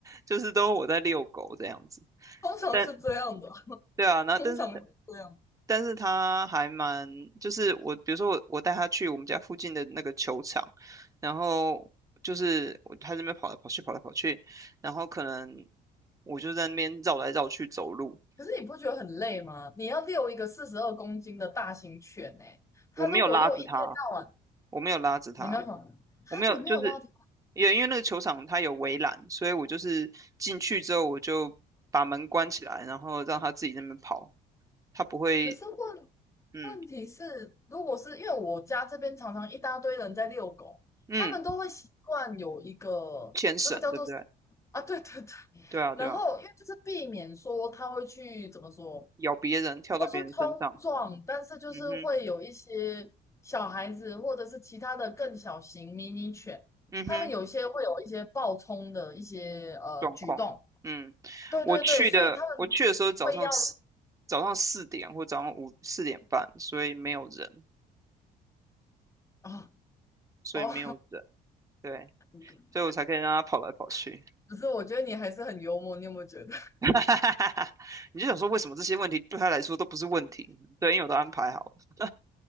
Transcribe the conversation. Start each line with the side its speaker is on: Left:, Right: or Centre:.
Right: 就是都我在遛狗这样子，
Left: 通常是这样的。
Right: 但对啊，那但是
Left: 通常是这样。
Right: 但是他还蛮就是我比如说我我带他去我们家附近的那个球场，然后就是我他这边跑来跑去跑来跑去，然后可能我就在那边绕来绕去走路，
Left: 可是你不觉得很累吗？你要遛一个四十二公斤的大型犬呢、它如果又一天到晚，
Right: 我没有拉着他，我没有拉着他。
Left: 你没有什么啊，
Right: 我没有，
Left: 你没有拉它。
Right: 就是也因为那个球场它有围栏，所以我就是进去之后我就把门关起来，然后让它自己在那边跑，它不会，
Left: 可是问
Right: 嗯
Left: 问题是，如果是因为我家这边常常一大堆人在遛狗，
Right: 嗯，
Left: 他们都会习惯有一个那个叫做什么啊，
Right: 牵绳，对不对？
Left: 对对对，
Right: 对啊对啊，
Left: 然后因为就是避免说他会去怎么说，
Right: 咬别人，跳到别人身上，
Left: 不要说冲撞，但是就是会有一些小孩子或者是其他的更小型迷你犬，
Right: 嗯哼嗯哼，
Left: 他们有些会有一些暴冲的一些呃举动。
Right: 状况，嗯，
Left: 对对对，
Right: 我去的我去的时候早上四
Left: 所以他们会要
Right: 早上四点或早上五四点半，所以没有人，
Left: 啊
Right: 所以没有人，
Left: 哦，
Right: 对，
Left: <laughs>
Right: 所以我才可以让他跑来跑去。
Left: 可是我觉得你还是很幽默，你有没有觉得？
Right: <laughs> 哈，哈哈哈你就想说为什么这些问题对他来说都不是问题？对，因为我都安排好了。